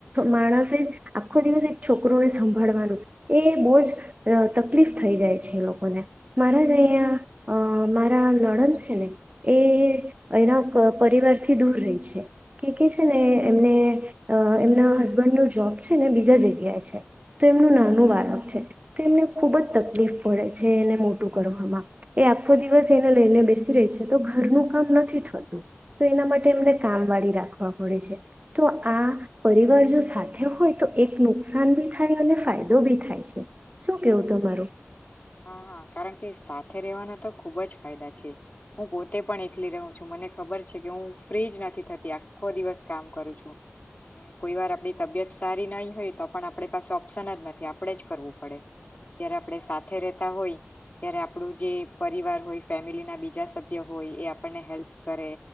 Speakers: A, on the right; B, on the left.
A: માણસે આખો દિવસ એક છોકરોને સંભાળવાનું એ બહુ જ અ તકલીફ થઈ જાય છે. એ લોકોને મારા જ અહીંયા એના નણંદ છે ને, એ એના પરિવારથી દૂર રહી છે કે છે ને એમને એમના હસબન્ડનો જોબ છે ને બીજા જગ્યાએ છે તો એમનું નાનું બાળક છે તો એમને ખુબ જ તકલીફ પડે છે એને મોટું કરવામાં એ આખો દિવસ એને લઈને બેસી રહી છે તો ઘરનું કામ નથી થતું તો એના માટે એમને કામ વાળી રાખવા પડે છે તો આ પરિવાર જો સાથે હોય તો એક નુકસાન ભી થાય અને ફાયદો બી થાય છે શું કેવું તમારું?
B: હા હા કારણ કે સાથે રહેવાના તો ખુબ જ ફાયદા છે. હું પોતે પણ એકલી રહું છું મને ખબર છે કે હું ફ્રી જ નથી થતી આખો દિવસ કામ કરું છું અને કોઈ વાર આપડી તબિયત સારી નહી હોય તો પણ આપણી પાસે ઓપ્શન જ નથી આપડે જ કરવું પડે જયારે આપણે સાથ રહેતા હોય ત્યારે આપણું જે પરિવાર હોય ફેમિલીના બીજા સભ્ય હોય એ આપણને હેલ્પ કરે,